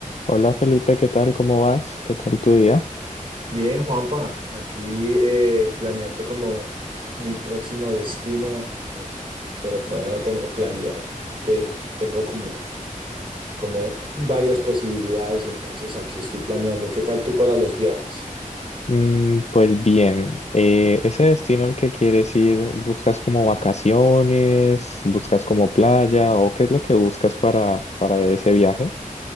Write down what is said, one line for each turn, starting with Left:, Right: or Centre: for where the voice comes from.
Left: Hola Felipe, ¿qué tal? ¿Cómo vas? ¿Qué tal tu día?
Right: Bien, Juanpa, aquí eh, planeando como mi próximo destino, eh, pero todavía no tengo claridad de, tengo como, como varias posibilidades, entonces aquí estoy planeando. ¿Qué tal tú para los viajes?
Left: Mm, pues bien, eh, ese destino al que quieres ir, ¿buscas como vacaciones? ¿Buscas como playa? ¿O qué es lo que buscas para, para ese viaje?